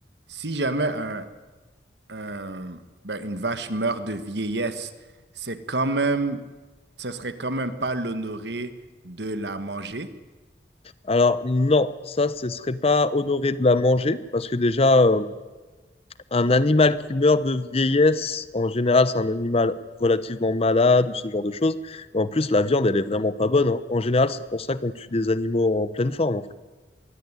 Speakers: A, on the right (about 75°); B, on the left (about 35°).
A: si jamais un, un- ben, une vache meurt de vieillesse, c'est quand même ça serait quand même pas l'honoré de la manger?
B: Alors non, ça, ce serait pas honoré de la manger, parce que déjà, euh, un animal qui meurt de vieillesse, en général, c'est un animal relativement malade ou ce genre de choses. Et en plus, la viande,
A: Ok.
B: elle est vraiment pas bonne. hein. En général, c'est pour ça qu'on tue des animaux en pleine forme, en fait.